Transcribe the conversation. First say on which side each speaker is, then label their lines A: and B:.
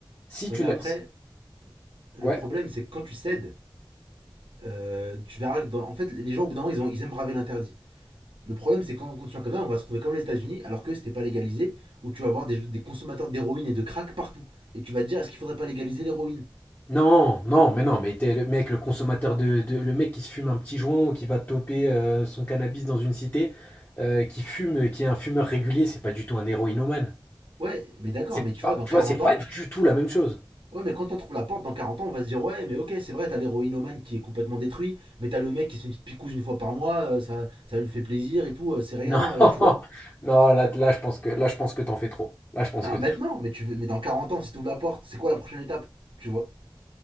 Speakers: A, on the left; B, on the right.
A: Si
B: Ouais,
A: tu
B: mais
A: la...
B: après,
A: si-
B: le
A: Ouais.
B: problème, c'est que quand tu cèdes, euh, tu verras que dans- en fait, les gens, au bout d'un moment, ils, ont- ils aiment braver l'interdit. Le problème, c'est quand on continue comme ça, on va se trouver comme les États-Unis, alors que c'était pas légalisé, où tu vas avoir des, des consommateurs d'héroïne et de crack partout. Et tu vas te dire, est-ce qu'il faudrait pas légaliser l'héroïne
A: Non, non, mais non, mais t'es le mec, le consommateur de, de- le mec qui se fume un petit joint ou qui va toper euh, son cannabis dans une cité, euh, qui fume, qui est un fumeur régulier, c'est pas du tout un héroïnomane.
B: Ouais, mais d'accord,
A: C'est
B: mais tu
A: pas,
B: vois, dans
A: tu
B: 40
A: vois, c'est
B: ans,
A: pas du tout la même chose.
B: ouais, mais quand on trouve la porte, dans 40 ans, on va se dire, ouais, mais ok, c'est vrai, t'as l'héroïnomane qui est complètement détruit, mais t'as le mec qui se fait une petite picouse une fois par mois, euh, ça, ça lui fait plaisir et tout, euh, c'est rien,
A: Non, <laughs>
B: euh, tu vois.
A: non, là, là, je pense que, là, je pense que t'en fais trop. Là, je pense
B: Non,
A: que.
B: maintenant, mais, tu, veux- mais dans 40 ans, si tu ouvres la porte, c'est quoi la prochaine étape Tu vois